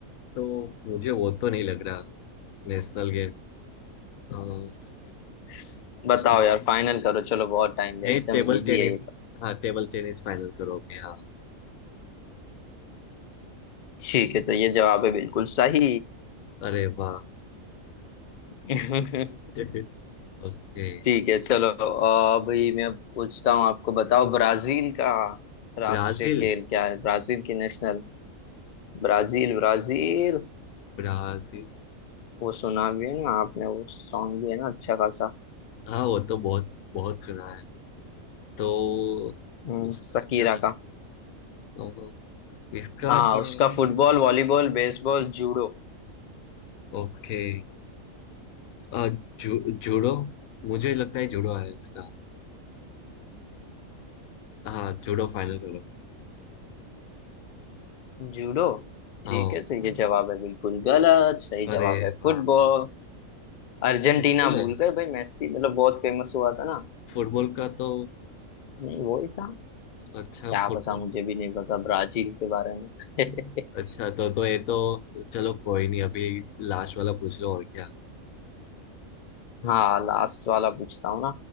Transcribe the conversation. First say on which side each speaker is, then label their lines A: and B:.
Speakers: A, on the left (about 80°); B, on the left (about 55°).
A: तो मुझे वो तो नहीं लग रहा नेशनल गेम
B: <laughs> बताओ
A: मैं
B: यार फाइनल करो चलो बहुत टाइम लिया
A: मैं
B: एकदम
A: टेबल
B: इजी
A: टेनिस
B: है ये तो
A: हाँ टेबल टेनिस फाइनल करोगे हाँ
B: ठीक है तो ये जवाब है बिल्कुल सही
A: अरे वाह
B: <laughs>
A: <laughs> ओके
B: ठीक है चलो अभी मैं पूछता हूँ आपको बताओ ब्राजील का राष्ट्रीय
A: Brazil
B: खेल क्या है ब्राजील की नेशनल Brazil Brazil
A: Brazil
B: वो सुना भी है ना आपने वो सॉन्ग भी है ना अच्छा खासा
A: हाँ वो तो बहुत बहुत सुना है तो
B: हम्म,
A: उसका
B: शकीरा
A: क्या तो इसका
B: हाँ
A: थोड़ा
B: उसका football volleyball baseball judo
A: ओके आ, जू, जूडो मुझे लगता है जूडो है इसका हाँ जूडो फाइनल करो
B: Judo ठीक
A: हाँ
B: है तो ये जवाब है बिल्कुल गलत सही
A: अरे
B: जवाब है
A: वाह
B: फुटबॉल अर्जेंटीना
A: फुटबॉल
B: भूल
A: है
B: गए भाई मेसी मतलब बहुत फेमस हुआ था ना
A: फुटबॉल का तो
B: नहीं वो ही था
A: अच्छा
B: क्या
A: फुटबॉल
B: पता मुझे भी नहीं पता ब्राजील के बारे में <laughs>
A: अच्छा तो तो ये तो चलो कोई नहीं अभी लास्ट वाला पूछ लो और क्या
B: हाँ लास्ट वाला पूछता हूँ ना